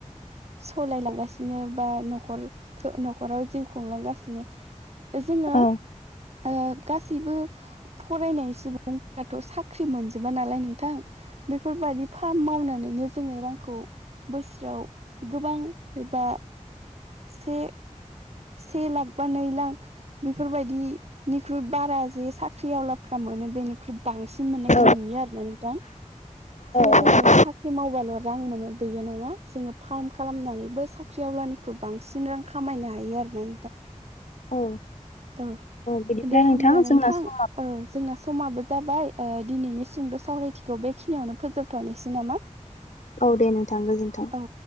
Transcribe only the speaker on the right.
सलायलांगासिनो बा न'खर न'खराव जिउ खुंलांगासिनो जोङो
ओ गासैबो फरायनाय सुबुंफ्राथ' साख्रि मोनजोबा नालाय नोंथां बेफोरबायदि फार्म मावनानैनो जोङो रांखौ बोसोराव गोबां एबा से से लाख बा नै लाख बेफोरबायदिनिख्रुइ बारा जे साख्रियावला फ्रा मोनो बेनिख्रुइ बांसिन मोननायखौ
नुयो आरोना नोंथां जे
जोङो साख्रि मावबाल' रां मोनो बेयो नङा जोङो फार्म खालामनानैबो साख्रि आवलानिख्रुइ बांसिन रां खामायनो हायो आरो
औ
दे होमब्ला
नोंथां
औ जोंना समाबो जाबाय दिनैनि सुंद' सावरायथिखौ बेखिनियावनो फोजोबथ'नोसै नामा
औ